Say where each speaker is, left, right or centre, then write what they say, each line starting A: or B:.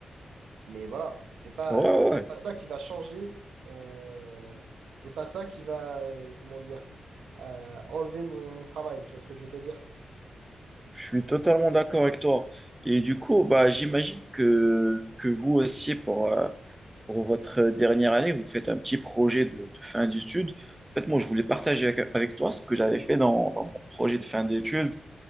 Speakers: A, on the right; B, on the right.
A: Mais voilà, c'est pas,
B: Ouais,
A: euh,
B: ouais, ouais.
A: pas ça qui va changer. euh, c'est pas ça qui va, euh, comment dire, euh, enlever mon, mon travail. Tu vois ce que je veux te dire?
B: je suis totalement d'accord avec toi. Et du coup, bah, j'imagine que, que vous aussi, pour, euh, pour votre dernière année, vous faites un petit projet de, de fin d'études. En fait, moi, je voulais partager avec, avec toi ce que j'avais fait dans, dans mon projet de fin d'études.